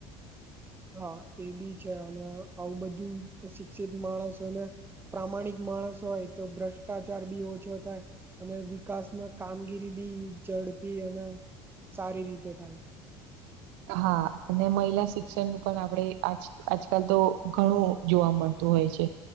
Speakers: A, on the right; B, on the right.
A: હા એ બી છે અને આવું બધું શિક્ષિત માણસોને પ્રામાણિક માણસ હોય તો ભ્રષ્ટાચાર બી ઓછો થાય અને વિકાસમાં કામગીરી બી ઝડપી અને સારી રીતે થાય
B: હા અને મહિલા શિક્ષણ નું પણ આપણેે આજ આજકાલ તો ઘણું જોવા મળતું હોય છે